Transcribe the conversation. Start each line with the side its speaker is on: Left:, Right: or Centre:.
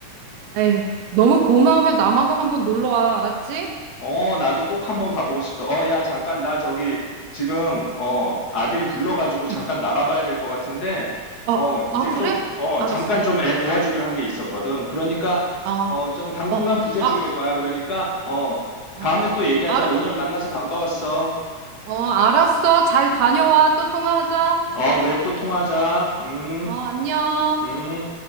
Right: 에이, 너무 고마우면 남아공 한번 놀러 와. 알았지?
Left: 어, 나도 꼭 한번 가보고 싶다. 어, 야, 잠깐, 나 저기, 지금, 어, 아들이 불러가지고 잠깐
Right: 응.
Left: 나가봐야 될 것 같은데,
Right: 어,
Left: 어, 이제
Right: 아, 그래?
Left: 좀, 어,
Right: 알았어.
Left: 잠깐 좀 애 도와주기로 한게 있었거든. 그러니까,
Right: 아,
Left: 어, 좀 당분간
Right: 어,
Left: 부재
Right: 아,
Left: 중일 거야. 그러니까, 어,
Right: 아,
Left: 다음에 또 얘기하자.
Right: 알,
Left: 오늘 만나서 반가웠어.
Right: 어, 알았어. 잘 다녀와. 또 통화하자.
Left: 어, 그래, 또 통화하자. 음,
Right: 어, 안녕.
Left: 음.